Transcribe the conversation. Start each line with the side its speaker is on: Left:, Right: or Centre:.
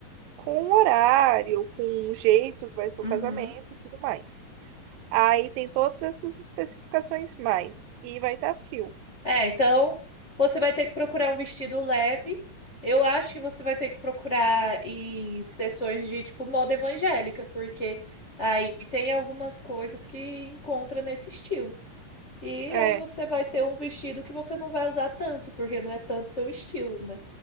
Right: com o horário, com o jeito que vai ser o
Left: Uhum.
Right: casamento e tudo mais. Aí tem todas essas especificações mais. E vai estar frio.
Left: É, então você vai ter que procurar um vestido leve. Eu acho que você vai ter que procurar em sessões de tipo moda evangélica, porque aí tem algumas coisas que encontra nesse estilo. E
Right: É,
Left: aí você vai ter um vestido que você não vai usar tanto, porque não é tanto seu estilo, né?